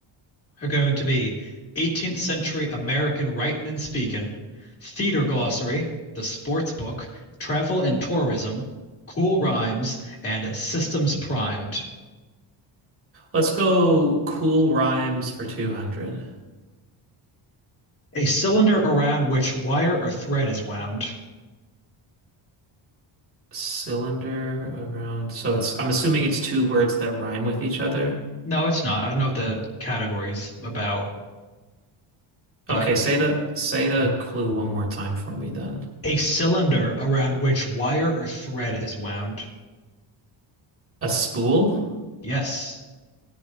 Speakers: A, on the left; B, on the right.
A: are going to be 18th century American writing and speaking, theater glossary, the sports book, travel and tourism, cool rhymes, and systems primed.
B: Let's go cool rhymes for 200.
A: A cylinder around which wire or thread is wound.
B: Cylinder around. So it's, I'm assuming it's two words that rhyme with each other.
A: No, it's not. I don't know what the category is about. but
B: Okay, say the say the clue one more time for me then.
A: a cylinder around which wire or thread is wound.
B: A spool?
A: Yes.